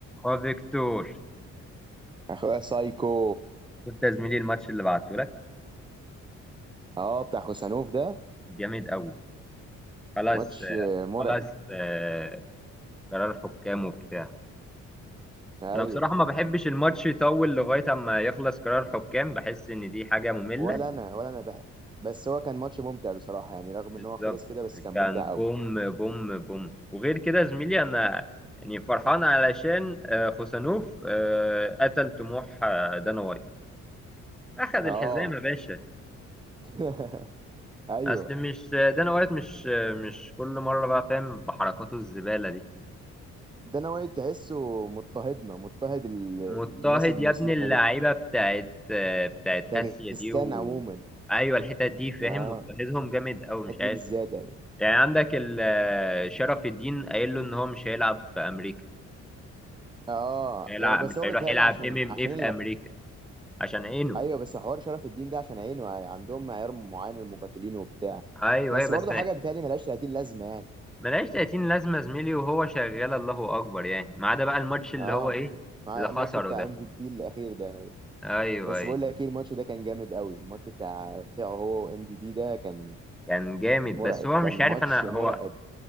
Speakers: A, in the centre; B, on the right.
A: اه فيكتور
B: اخويا سايكو
A: شفت يا زميلي الماتش اللي بعته لك
B: اه بتاع خوسانوف ده
A: جامد قوي خلاص
B: ماتش
A: آه،
B: آه، مرعب
A: خلاص آه، قرار حكام وبتاع
B: ايوه
A: انا بصراحة ما بحبش الماتش يطول لغاية اما يخلص قرار حكام بحس ان دي حاجة مملة
B: ولا انا ولا انا بح... بس هو كان ماتش ممتع بصراحه يعني رغم
A: بالظبط
B: ان هو خلص كده بس كان
A: كان
B: ممتع قوي
A: بوم بوم بوم وغير كده يا زميلي انا يعني فرحان علشان آه، خوسانوف آه، قتل طموح آه، دانا وايت اخد
B: اه
A: الحزام يا باشا
B: <laughs> ايوه
A: اصل مش آه، دانا وايت مش آه، مش كل مرة بقى فاهم بحركاته الزبالة دي
B: ده انا وايد تحسه مضطهدنا مضطهد ال... الناس
A: مضطهد
B: المسلمه
A: يا ابن اللعيبه
B: دي
A: بتاعت بتاعت
B: داغستان
A: اسيا دي و...
B: عموما
A: ايوه الحتت دي فاهم
B: اه
A: مضطهدهم جامد قوي
B: الحته
A: مش عارف
B: دي بالذات يعني
A: يعني عندك ال- شرف الدين قايل له ان هو مش هيلعب في امريكا
B: اه
A: هيلعب
B: آه، بس
A: مش
B: هو
A: هيروح
B: بيتهيألي
A: يلعب
B: عشان
A: ام ام
B: عشان
A: اي في
B: ال...
A: امريكا عشان عينه
B: ايوه بس حوار شرف الدين ده عشان عينه عندهم معيار معين للمقاتلين وبتاع
A: ايوه
B: بس
A: ايوه بس
B: برضه حاجه بيتهيألي ملهاش 30 لازمه يعني
A: ملهاش 30 لازمه يا زميلي وهو شغال الله اكبر يعني ما عدا بقى الماتش اللي
B: اه
A: هو ايه
B: مع
A: اللي خسره
B: الماتش بتاع
A: ده
B: ام في بي الاخير ده
A: ايوه
B: بس
A: ايوه
B: بقول لك ايه الماتش ده كان جامد قوي الماتش بتاع بتاعه هو وام في بي ده كان
A: كان جامد
B: مرعب
A: بس هو مش
B: كان
A: عارف
B: ماتش
A: انا
B: مرعب
A: هو